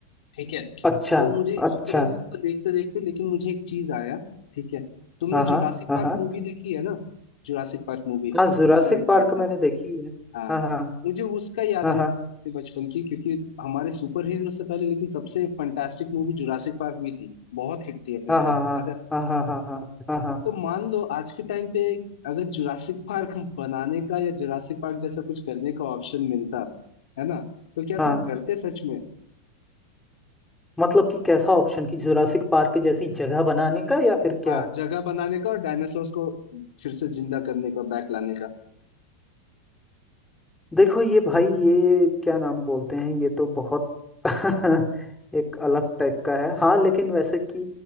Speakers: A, on the left (about 80°); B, in the centre.
A: ठीक है
B: अच्छा
A: तो मुझे
B: अच्छा
A: सुपर हीरोज को देखते देखते लेकिन मुझे एक चीज आया ठीक है तुमने
B: हाँ हाँ
A: जुरासिक
B: हाँ
A: पार्क
B: हाँ
A: मूवी देखी है ना जुरासिक पार्क मूवी
B: हाँ
A: इतने
B: जुरासिक
A: सारे
B: पार्क
A: पार्ट्स हैं
B: मैंने देखी है
A: हाँ
B: हाँ हाँ
A: मुझे उसका याद
B: हाँ
A: आना अपने बचपन की क्योंकि हमारे सुपर हीरो से पहले लेकिन सबसे फंटास्टिक मूवी जुरासिक पार्क भी थी बहुत हिट थी अपने
B: हाँ
A: टाइम
B: हाँ
A: याद है ना?
B: हाँ हाँ हाँ हाँ हाँ हाँ हाँ हाँ
A: तो मान लो आज के टाइम पे अगर जुरासिक पार्क बनाने का या जुरासिक पार्क जैसा कुछ करने का ऑप्शन मिलता है ना तो क्या
B: हाँ
A: तुम करते सच में
B: मतलब कि कैसा ऑप्शन कि जुरासिक पार्क जैसी जगह बनाने का या फिर क्या
A: हाँ जगह बनाने का और डायनासोर्स को फिर से जिंदा करने का बैक लाने का
B: देखो ये भाई ये क्या नाम बोलते हैं ये तो बहुत <laughs> एक अलग टाइप का है हाँ लेकिन वैसे कि